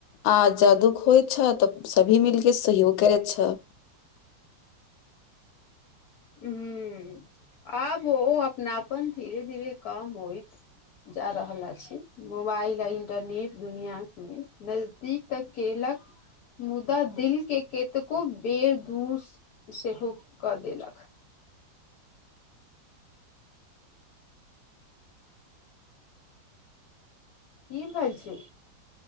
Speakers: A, on the left (about 80°); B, on the left (about 60°).
A: आ जादूख होइ छ तऽ। सभी मिलके सहयोग करैत छ।
B: हूँ आब ओहो अपनापन धीरे धीरे कम होइत। जा रहल अछि। मोबाइल आ इंटरनेट दुनिया के नजदीक तक केलक। मुदा दिल के कतेको बेर दूर सेहो कऽ देलक की बजै छी